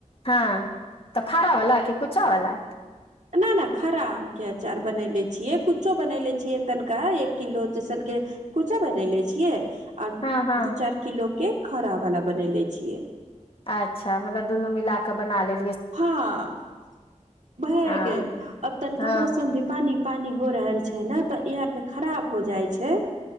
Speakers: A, on the left; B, on the right.
A: हां, त फाड़ा वला कि कुच्चा वला?
B: ना, ना, खरा आम के अचार बनेले छियै, कुच्चो बनेले छियै, तनिका एक किलो जैसनके कुचो बनेले छियै। आओर
A: हँ हँ
B: दू चार किलो। के खड़ा वाला बनेले छियै। <unintelligible>
A: अच्छा मतलब दुनू मिल कऽ बना ले।
B: हँ <unintelligible> भए
A: हँ
B: गेल अब तनिका
A: हँ
B: मौसम भी पानी पानी हो रहल छै। छै ने तऽ ई आर खराब हो जाइ छै। <unintelligible>